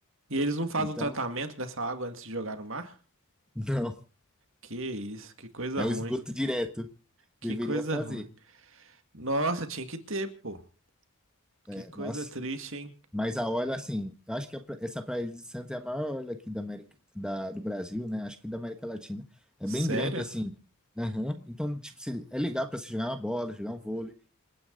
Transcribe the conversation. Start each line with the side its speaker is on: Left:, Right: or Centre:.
Right: E eles não fazem
Centre: Então,
Right: o tratamento
Centre: <laughs>
Right: dessa água antes de jogar no mar?
Centre: não,
Right: Que isso, que coisa
Centre: é
Right: ruim.
Centre: o esgoto direto.
Right: Que
Centre: Deveria
Right: coisa
Centre: fazer.
Right: ruim. Nossa, tinha que ter, pô.
Centre: É,
Right: Que coisa
Centre: nossa.
Right: triste, hein?
Centre: Mas a orla, assim, eu acho que a pra- essa praia de Santos é a maior orla aqui da América, da, do Brasil, né? Acho que da América Latina. É
Right: Sério?
Centre: bem grande, assim. Aham. Então, tipo, se- é legal pra se jogar uma bola, jogar um vôlei.